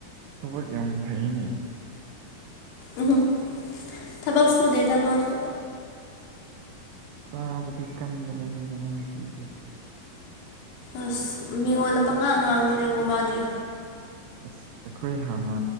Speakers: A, on the right; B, on the left.
A: ꯊꯕꯛ ꯌꯥꯝ ꯐꯩꯅꯦ
B: ꯎꯝ ꯊꯕꯛ ꯁꯨ ꯗꯦꯗ ꯃꯥꯁꯨ
A: ꯇꯥꯕꯗꯤ ꯀꯟꯕꯅꯦꯦ ꯃꯅꯥ ꯄꯁ
B: ꯑꯁ ꯃꯤꯉꯣꯟꯗ ꯄꯪꯉꯥ ꯉꯥꯡꯕꯅꯦꯕꯣ ꯃꯥꯗꯤ
A: ꯑ ꯑꯩꯈꯣꯏ ꯍꯥꯟꯅ